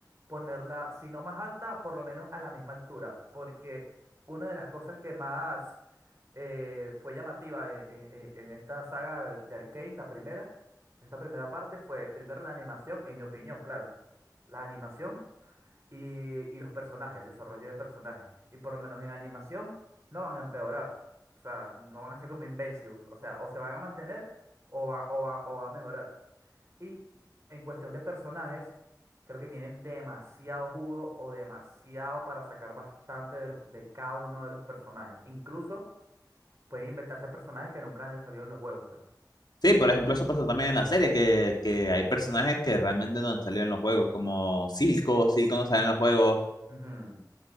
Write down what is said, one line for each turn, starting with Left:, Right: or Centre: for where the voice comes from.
Right: ponerla, si no más alta, por lo menos a la misma altura. Porque una de las cosas que más eh, fue llamativa eh, eh, eh, en esta saga de Arcane, la primera, esta primera parte, fue primero la animación, en mi opinión, claro. La animación y, y los personajes, el desarrollo de personajes. Y por lo menos en animación no van a empeorar. O sea, no van a ser como Invincible. O sea, o se van a mantener o va, o va, o va a mejorar. Y en cuestión de personajes, creo que tienen demasiado jugo o demasiado para sacar bastante de los, de cada uno de los personajes. Incluso pueden inventarse personajes que nunca hayan salido en los juegos, pues.
Left: Sí, por ejemplo, eso pasó también en la serie, que, que hay personajes que realmente no han salido en los juegos, como Silco, Silco no sale en los juegos.
Right: Ujú,